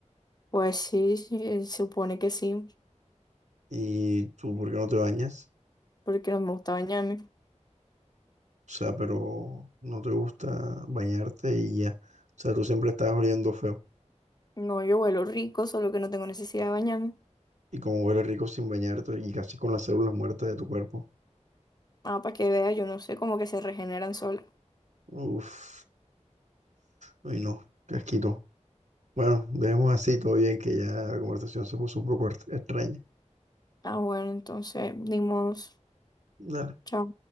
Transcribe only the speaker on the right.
¿Y tú por qué no te bañas?
O sea, pero no te gusta bañarte y ya. O sea, tú siempre estás oliendo feo.
Y como hueles rico sin bañarte y casi con las células muertas de tu cuerpo.
Uf. Uy, no. Qué asquito. Bueno, dejemos así todo bien que ya la conversación se puso un poco er- extraña.
Dale.